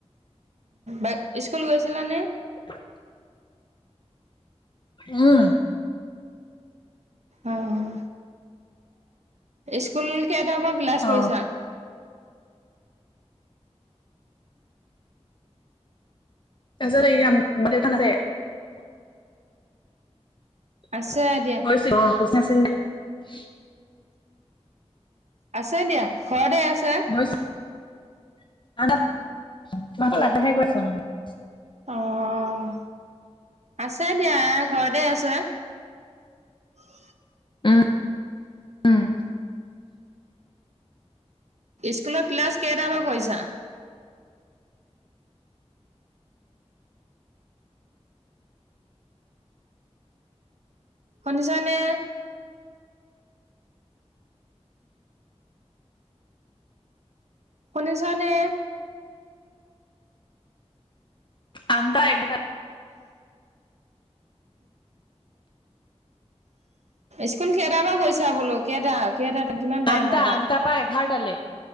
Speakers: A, on the right; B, on the left.
A: অ', স্কুল গৈছিলানে?
B: <inaudible> উম।
A: উম, স্কুল কে কেইটাৰ পৰা ক্লাচ
B: অ
A: কৰিছা?
B: তাৰপিছত এতিয়া <unintelligible> <unintelligible>
A: আছে দিয়া। আছে দিয়া, ঘৰতেই আছে।
B: গৈছিল <unintelligible>
A: অ', আছে দিয়া, ঘৰতেই আছে। অ'।
B: উম-উম।
A: স্কুলৰ ক্লাছ কেইটাৰ পৰা কৰিছা? শুনিছানে? শুনিছানে?
B: আঠটা এঘাৰটা
A: স্কুল কেইটাৰ পৰা গৈছা বোলো কেইটা? <unintelligible> কিমান টাইমৰ
B: আঠটা
A: পৰা?
B: আঠটাৰ এঘাৰটালে